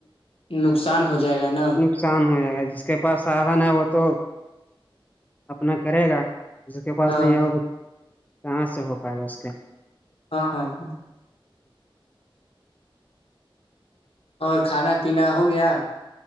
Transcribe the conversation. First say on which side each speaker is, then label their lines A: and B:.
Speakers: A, on the left (about 85°); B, on the left (about 15°).
A: نقصان ہو جائے گا نا
B: نقصان ہو جائے گا جس کے پاس سادھن ہے وہ تو اپنا کرے گا جس کے پاس
A: ہاں
B: نہیں ہوگا کہاں سے ہو پائے گا اس کے
A: ہاں ہاں ہاں اور کھانا پینا ہو گیا